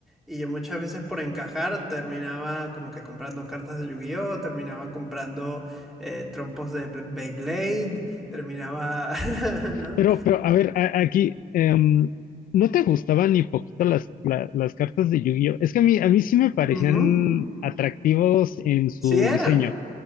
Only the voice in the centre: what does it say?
Y yo muchas veces por encajar terminaba como que comprando cartas de Yu-Gi-Oh, terminaba comprando eh, trompos de Bl- Beyblade, terminaba, <laughs> ¿no?
Ujú,
Sí eran.